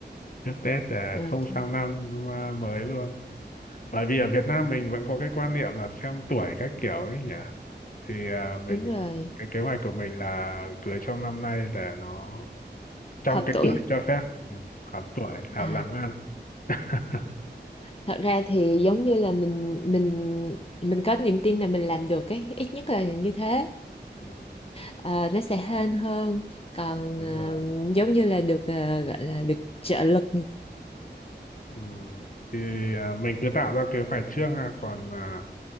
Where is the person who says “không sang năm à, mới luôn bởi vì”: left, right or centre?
Left